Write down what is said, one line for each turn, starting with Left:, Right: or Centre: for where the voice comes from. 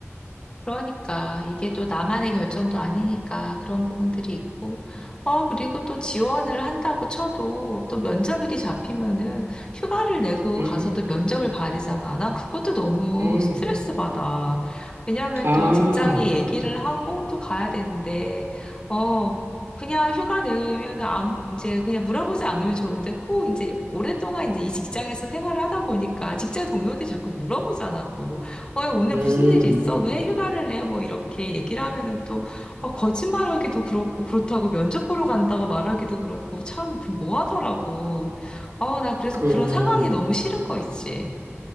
Left: 그러니까 이게 또 나만의 결정도 아니니까 그런 부분들이 있고 어 그리고 또 지원을 한다고 쳐도 또 면접일이 잡히면은 휴가를 내고
Right: 음,
Left: 가서 또 면접을 봐야 되잖아. 난 그것도 너무
Right: 음,
Left: 스트레스 받아. 왜냐하면
Right: 아,
Left: 또 직장이 얘기를 하고 또 가야 되는데 어 그냥 휴가 내면은 아무 이제 그냥 물어보지 않으면 좋은데 꼭 이제 오랫동안 이제 이 직장에서 생활을 하다 보니까 직장 동료들이 자꾸 물어보잖아 또. 어, 오늘
Right: 음,
Left: 무슨 일이 있어? 왜 휴가를 내? 뭐 이렇게 얘기를 하면은 또 어, 거짓말하기도 그렇고 그렇다고 면접 보러 간다고 말하기도 그렇고 참 그럼 뭐 하더라고. 어, 나 그래서
Right: 그,
Left: 그런 상황이 너무 싫은 거 있지.